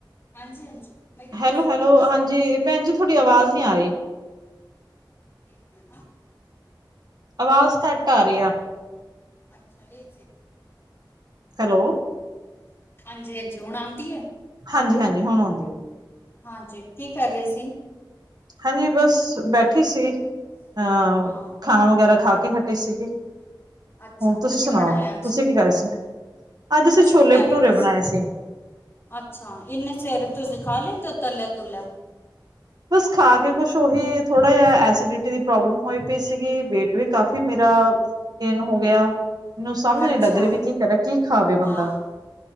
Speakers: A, on the left; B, on the right.
A: ਹਾਂਜੀ - ਹਾਂਜੀ। ਮੈਂ ਕਿਹਾ ਤੁਸੀਂ
B: ਹੈਲੋ ਹੈਲੋ,
A: ਕੀ ਕਰਦੇ
B: ਹਾਂਜੀ ਭੈਣ ਜੀ ਥੋਡੀ ਆਵਾਜ਼ ਨੀ ਅ ਰਹੀ।
A: <unintelligible> <unintelligible>
B: ਆਵਾਜ਼ ਘੱਟ ਆ ਰਹੀ
A: ਇੱਕ
B: ਆ।
A: ਅੱਛਾ ਇਹ।
B: ਹੈਲੋ।
A: ਹਾਂਜੀ- ਹਾਂਜੀ, ਹੁਣ ਆਉਂਦੀ ਹੈ।
B: ਹਾਂਜੀ- ਹਾਂਜੀ ਹੁਣ ਆਉਂਦੀ ਹੈ।
A: ਹਾਂਜੀ ਕੀ ਕਰ ਰਹੇ ਸੀ।
B: ਹਾਂਜੀ, ਬਸ ਬੈਠੀ ਸੀ। ਹਾ
A: ਹਾਂ
B: ਖਾਣਾ ਵਗੈਰਾ ਖਾ ਕੇ ਹਟੇ ਸੀਗੇ।
A: ਅੱਛਾ
B: ਹੁਣ ਤੁਸੀਂ
A: ਕੀ
B: ਸੁਣਾਓ।
A: ਬਣਾਇਆ ਅੱਜ
B: ਤੁਸੀਂ ਕੀ ਕਹਿ ਰਹੇ ਸੀ। ਅੱਜ ਅਸੀਂ
A: ਕੁਛ
B: ਛੋਲੇ
A: ਨਹੀਂ ਮੈਂ ਵੀ
B: ਭਟੂਰੇ
A: ਬਸ
B: ਬਣਾਏ ਸੀ।
A: ਅੱਛਾ,। ਇੰਨੇ ਸਵੇਰੇ ਤੁਸੀਂ ਖਾ ਲੈਂਦੇ ਤਲਿਆ -ਤੂਲਿਆ
B: ਬਸ ਖਾ ਕੇ ਕੁਛ ਉਹੀ ਥੋੜਾ ਜਿਹਾ ਐਸੀਡਿਟੀ ਦੀ ਪ੍ਰੋਬਲਮ ਹੋਈ ਪਈ ਸੀਗੀ। ਵੇਟ ਵੀ ਕਾਫੀ ਮੇਰਾ ਦਿਨ ਹੋ ਗਿਆ ਮੈਨੂੰ ਸਮਝ
A: ਅੱਛਾ
B: ਨੀ ਲੱਗ ਰਹੀ। ਵੀ ਕੀ ਕਰੇ, ਕੀ ਖਾਵੇ ਬੰਦਾ।
A: ਹਾਂ